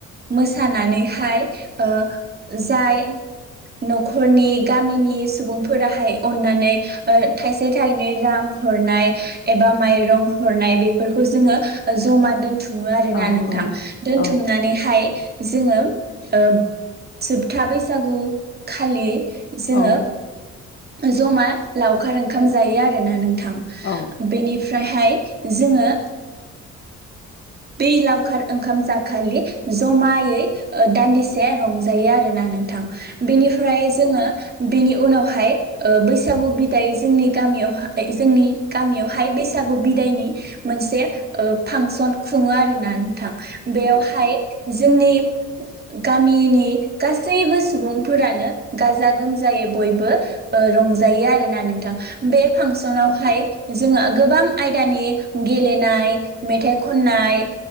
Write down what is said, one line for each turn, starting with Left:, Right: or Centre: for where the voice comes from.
Right: मोसानानैहाय ओ जाय न'खरनि गामिनि सुबुंफोराहाय अननानै ओ थाइसे थाइनै रां हरनाय एबा माइरं हरनाय बेफोरखौ जोंङो जमा दोनथु मो आरोना
Left: औ
Right: नोंथां
Left: औ
Right: दोनथुमनानैहाय
Left: औ
Right: जोंङो ओ जोबथा बैसागु खालि जोंङो
Left: औ
Right: जमा लावखार ओंखाम जायो आरोना नोंथां
Left: औ
Right: बेनिफ्रायहाय जोंङो बै लावखार ओंखाम जाखालि जमायै दान्दिसे रंजायो आरोना नोंथां बेनिफ्राय जोंङो बेनि उनावहाय ओ बैसागु बिदाय जोंनि गामियावहा जोंनि गामियावहाय बैसागु बिदायनि मोनसे ओ फांसन खुंङो आरो ना नोंथां बेयावहाय जोंनि गामिनि गासैबो सुबुंफोरानो गाजा गोमजायै बयबो रंजायो आरोना नोंथां बे फांसनावहाय जोंहा गोबां आयदानि गेलेनाय मेथाइ खननाय